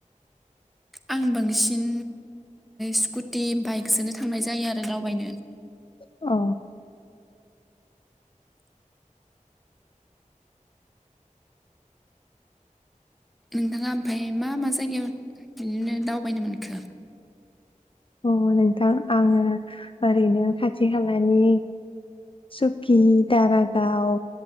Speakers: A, in the centre; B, on the left.
A: आं बांसिन स्कुटि बाइकजोनो थांनाय जायो आरो दावबायनो <inaudible>
B: अ
A: नोंथाङा ओमफाय मा मा जायगायाव बिदिनो दावबायनो मोनखो?
B: अ नोंथां आङो ओरैनो खाथि खालानि सुकि दारागाव